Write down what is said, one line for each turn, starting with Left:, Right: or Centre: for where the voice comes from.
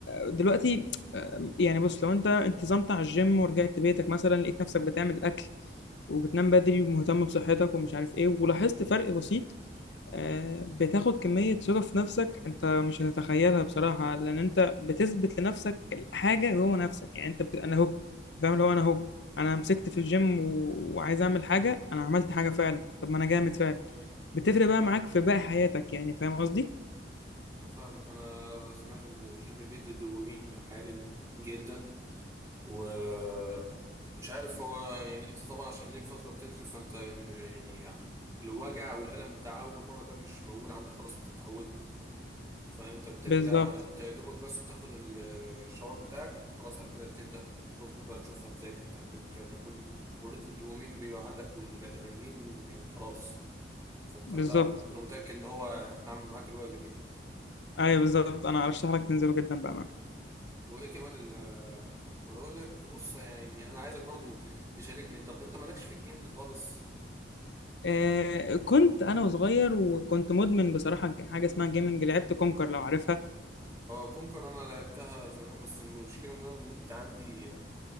Left: آه، دلوقتي آه، يعني بص لو انت انتظمت على الجيم ورجعت بيتك مثلا لقيت نفسك بتعمل اكل وبتنام بدري ومهتم بصحتك ومش عارف ايه ولاحظت فرق بسيط آه، بتاخد كمية ثقة في نفسك انت مش هتتخيلها بصراحة لان انت بتثبت لنفسك حاجة جوه نفسك يعني انت بت... انا اهو فاهم لو انا اهو انا مسكت في الجيم و... وعايز اعمل حاجة انا عملت حاجة فعلا طب ما انا جامد فعلا بتفرق بقى معاك في باقي حياتك يعني فاهم قصدي
Right: أنا فاهمك أنا سمعت إن الجيم بيدي دوبامين عالي جدا ومش عارف هو يعني أنت طبعا عشان ليك فترة بتنزل فأنت م- يعني, يعني الوجع والألم بتاع أول مرة ده مش موجود عندك خلاص أنت اتعودت فأنت بترجع
Left: بالظبط
Right: أنت يا دوبك بس بتاخد ال- الشاور بتاعك خلاص على كده تبدأ تدخل بقى تشوف هتذاكر هتعمل إيه بالكلام ده كله وريت الدوبامين بيبقى عندك والأدرينالين يعني خلاص فأنت
Left: بالظبط
Right: لا أنا أنا متأكد إن هو هعمل معاك الواجب يعني
Left: ايوه بالظبط انا ارشح لك تنزله جدا بأمانة
Right: وايه كمان ال ولا اقول لك بص يعني انا عايزك برضو تشاركني طب انت مالكش في الجيمنج خالص
Left: آه كنت انا وصغير وكنت مدمن بصراحة حاجة اسمها جيمنج لعبت كونكر لو عارفها
Right: اه كونكر انا لعبتها زمان بس المشكله ان انا النت عندي